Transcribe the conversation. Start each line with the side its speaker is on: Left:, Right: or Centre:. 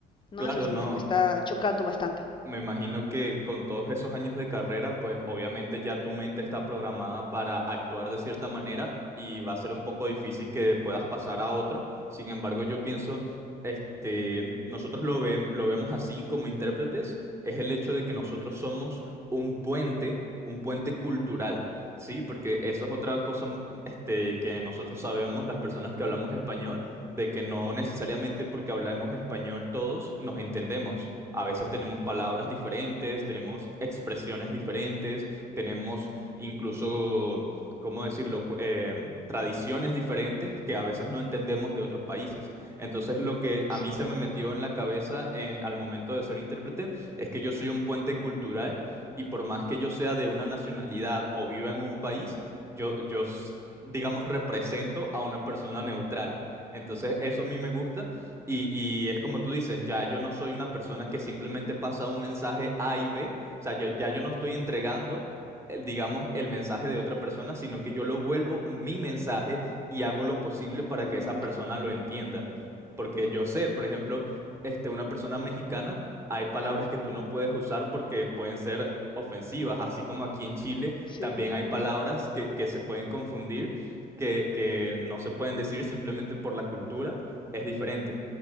Left: ¿no?
Right: Claro,
Left: Eso es
Right: no.
Left: lo que me está chocando bastante.
Right: Me imagino que con todos esos años de carrera, pues obviamente ya tu mente está programada para actuar de cierta manera y va a ser un poco difícil que puedas pasar a otro. Sin embargo, yo pienso, este, nosotros lo ve- lo vemos así como intérpretes, es el hecho de que nosotros somos un puente, un puente cultural, ¿sí? Porque eso es otra cosa, mm, este, que nosotros sabemos, las personas que hablamos español de que no necesariamente porque hablamos español todos nos entendemos. A veces tenemos palabras diferentes, tenemos expresiones diferentes, tenemos incluso, ¿cómo decirlo?, Cu- em, tradiciones diferentes que a veces no entendemos de otros países. Entonces lo que a
Left: Exacto.
Right: mí se me metió en la cabeza eh, al momento de ser intérprete es que yo soy un puente cultural y por más que yo sea de una nacionalidad o viva en un país, yo, yo s- digamos, represento a una persona neutral. Entonces, eso a mí me gusta y, y es como tú dices, ya yo no soy una persona que simplemente pasa un mensaje A y B, o sea, yo, ya yo no estoy entregando, eh, digamos, el mensaje de otra persona, sino que yo lo vuelvo mi mensaje y hago lo posible para
Left: Mm,
Right: que esa persona
Left: ya,
Right: lo entienda. Porque yo sé, por ejemplo, este, una persona mexicana, hay palabras que tú no puedes usar porque pueden ser ofensivas, así como aquí en Chile
Left: sí.
Right: también hay
Left: mm.
Right: palabras que, que se pueden confundir que, que no se pueden decir simplemente por la cultura, es diferente.